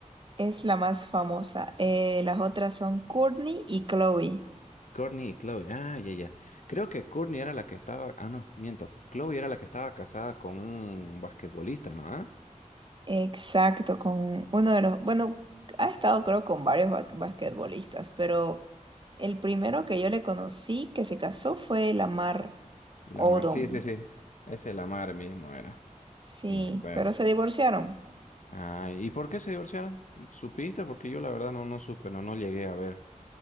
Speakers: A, on the right (about 40°); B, on the left (about 70°).
A: Es la más famosa. Eh, las otras son Kourtney y Chloe.
B: Kourtney y Chloe. Ah, ya, ya. Creo que Kourtney era la que estaba, ah, no, miento. Chloe era la que estaba casada con un basquetbolista, ¿no? ¿Ah?
A: Exacto, con uno de los, bueno, ha estado creo con varios ba- basquetbolistas, pero el primero que yo le conocí que se casó fue Lamar
B: Lamar,
A: Odom.
B: sí, sí, sí. Ese Lamar mismo era.
A: Sí,
B: Me acuerdo.
A: pero se divorciaron.
B: Ah, ¿y por qué se divorciaron? ¿Supiste? Porque yo la verdad no, no supe, no, no llegué a ver.